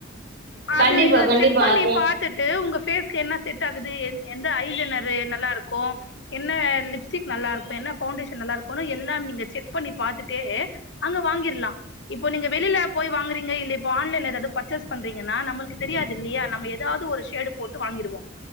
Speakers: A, on the left; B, on the right.
A: அது
B: கண்டிப்பா
A: நீங்க
B: கண்டிப்பா
A: செக் பண்ணி
B: அப்ப
A: பாத்துட்டு உங்க பேஸ்க்கு என்ன செட் ஆகுது எந்த ஐலனரு நல்லா இருக்கும் என்ன லிப்ஸ்டிக் க் நல்லா இருக்கும் என்ன பவுண்டேஷன் நல்லா இருக்கும்னு எல்லாம் நீங்க செக் பண்ணி பாத்துட்டே அங்க வாங்கிரலாம் இப்போ நீங்க வெளியில போய் வாங்குரிங்க இல்ல இப்ப ஆன்லைன் ல ஏதாவது பாச்சே பன்றிகன நம்பலுக்கு தெரியாதியில்லையா நம்ப ஏதாவது ஒரு ஷேட் போட்டு வாங்குவோம்